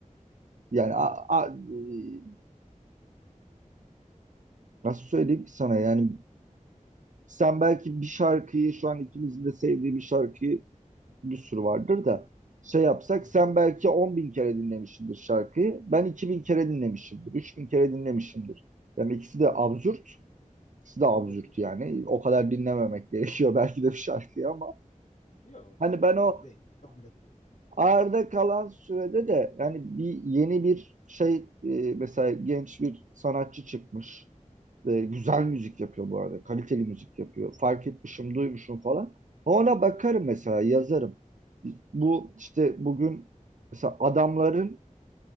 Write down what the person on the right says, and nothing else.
Yani a-
a- e, nasıl söyleyeyim ki sana yani sen belki bir şarkıyı şu an ikimizin de sevdiği bir şarkıyı bir sürü vardır da şey yapsak
sen
belki 10 bin kere dinlemişsindir şarkıyı. Ben 2000 kere dinlemişimdir. 3000 kere dinlemişimdir. Yani ikisi de
absürt. İkisi de absürt
yani. O kadar dinlememek gerekiyor belki de bir şarkıyı ama
hani
ben o
Arda kalan sürede de yani bir yeni bir şey e, mesela genç bir sanatçı çıkmış. E, güzel müzik yapıyor bu arada. Kaliteli müzik yapıyor. Fark etmişim, duymuşum falan. Ona bakarım mesela yazarım. Bu işte bugün mesela adamların